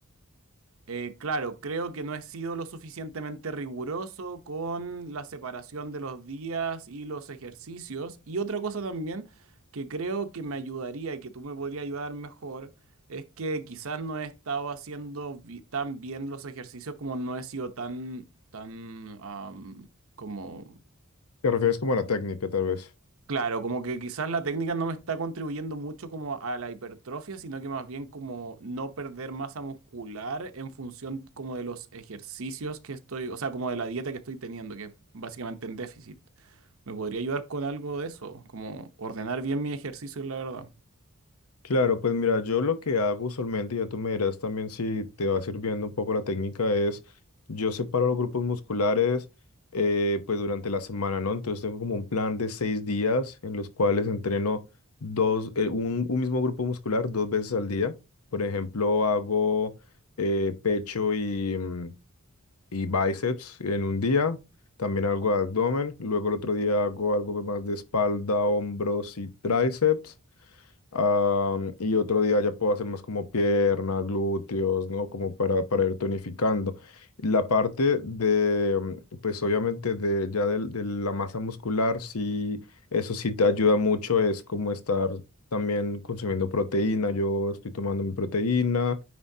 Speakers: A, on the right; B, on the left.
A: eh, claro, creo que no he sido lo suficientemente riguroso con la separación de los días y los ejercicios. Y otra cosa también que creo que me ayudaría y que tú me podrías ayudar mejor es que quizás no he estado haciendo bi- tan bien los ejercicios como no he sido tan, tan, am, como
B: Te refieres como a la técnica, tal vez.
A: Claro, como que quizás la técnica no me está contribuyendo mucho como a la hipertrofia, sino que más bien como no perder masa muscular en función como de los ejercicios que estoy, o sea, como de la dieta que estoy teniendo, que básicamente en déficit. ¿Me podría ayudar con algo de eso? Como ordenar bien mi ejercicio, la verdad.
B: Claro, pues mira, yo lo que hago usualmente, ya tú me dirás también si te va sirviendo un poco la técnica, es yo separo los grupos musculares eh, pues durante la semana, ¿no? Entonces tengo como un plan de seis días en los cuales entreno dos, eh, un, un mismo grupo muscular dos veces al día. Por ejemplo, hago eh, pecho y, mm, y bíceps en un día, también algo de abdomen, luego el otro día hago algo más de espalda, hombros y tríceps. Am, y otro día ya puedo hacer más como pierna, glúteos, ¿no? Como para, para ir tonificando. La parte de, mm, pues obviamente de ya del- de, la masa muscular, sí, eso sí te ayuda mucho, es como estar también consumiendo proteína. Yo estoy tomando mi proteína,